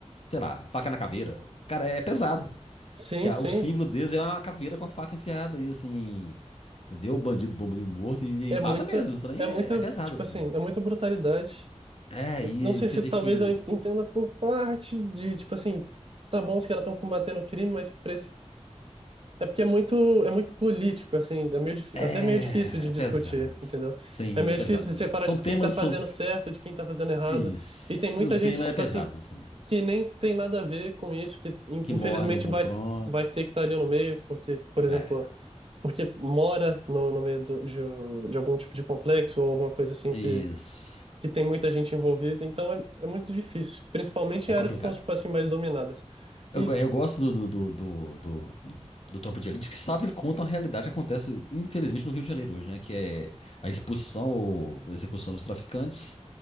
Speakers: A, on the left; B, on the right.
A: sei lá, faca na caveira, cara, é pesado.
B: Sim,
A: Que a-
B: sim.
A: o símbolo deles é uma caveira com a faca enfiada e assim, entendeu? Bandido bom, bandido morto, e,
B: É
A: e mata
B: muita,
A: mesmo. O estranho
B: é muita,
A: é, é pesado,
B: tipo
A: assim.
B: assim, é muita brutalidade.
A: É, e,
B: Não sei
A: e você
B: se
A: vê
B: talvez
A: que
B: eu entenda por parte de, tipo assim, tá bom, os caras estão combatendo o crime, mas prec- é porque é muito, é muito político, assim, é meio, difí-
A: é,
B: até meio difícil de
A: é
B: discutir,
A: pesado.
B: entendeu?
A: Sim,
B: É meio
A: é pesado,
B: difícil
A: pesado.
B: de separar,
A: São
B: tipo,
A: temas.
B: quem tá fazendo
A: so-
B: certo de quem tá fazendo errado.
A: Isso.
B: E tem muita
A: O tema
B: gente, tipo
A: é pesado,
B: assim,
A: assim.
B: que nem tem nada a ver com isso, que in-
A: Que
B: infelizmente
A: morre no confronto.
B: vai, vai ter que estar ali no meio, porque, por exemplo,
A: É,
B: porque mora no, no meio do- de, um, de algum tipo de complexo ou alguma coisa assim
A: isso.
B: que tem muita gente envolvida, então é, é muito difícil, principalmente
A: É
B: em áreas
A: complicado.
B: que são, tipo assim, mais dominadas.
A: Eu,
B: E
A: go- eu gosto do, do, do, do, do- do Tropa de Elite que sabe ele conta a realidade que acontece, infelizmente, no Rio de Janeiro hoje, né? Que é a expulsão ou execução dos traficantes